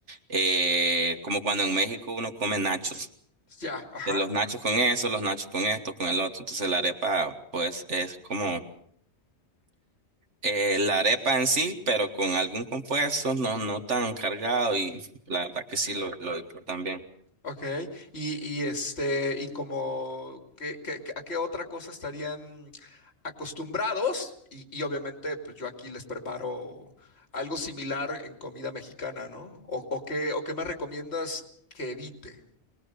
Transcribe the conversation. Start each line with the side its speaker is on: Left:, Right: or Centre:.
Right: eh, como cuando en México uno come nachos.
Left: Ya, ajá,
Right: Eh, Los nachos con eso, los nachos con esto, con el otro. Entonces la arepa, pues, es como Eh, la arepa en sí, pero con algún compuesto, no, no tan cargado y la verdad que sí lo, lo disfrutan bien.
Left: ok. Y, y este, y como, ¿qué, qué- qué- a qué otra cosa estarían acostumbrados? Y, y obviamente, pues yo aquí les preparo algo similar en comida mexicana, ¿no? O, o qué, o qué me recomiendas que evite.